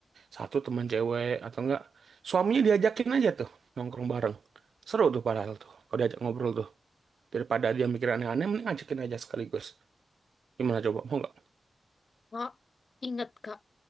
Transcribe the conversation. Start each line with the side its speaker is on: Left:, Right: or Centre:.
Right: satu teman cewek atau enggak suaminya diajakin aja tuh nongkrong bareng seru tuh padahal tuh kalau diajak ngobrol tuh daripada dia mikir aneh-aneh mending ajakin aja sekaligus gimana coba mau nggak
Left: Kak, ingat Kak,